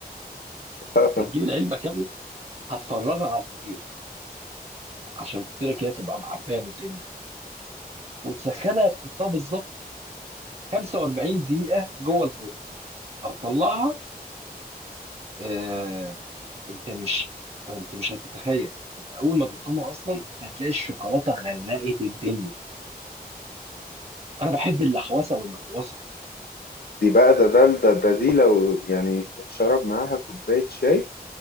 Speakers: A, on the left; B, on the right.
A: <laughs>
B: تجيب العلبه كامله هتفرغها على الفطيره عشان الفطيره كده تبقى معبيه نوتيلا وتسخنها تحطها بالظبط 45 دقيقة جوه الفرن هتطلعها آه... انت مش انت مش هتتخيل انت اول ما تقطمها اصلا انت هتلاقي الشوكولاتة غرقت الدنيا انا بحب اللحوسة والمغوصة
A: دي بقى ده ده ده, ده دي لو يعني اتشرب معاها كوباية شاي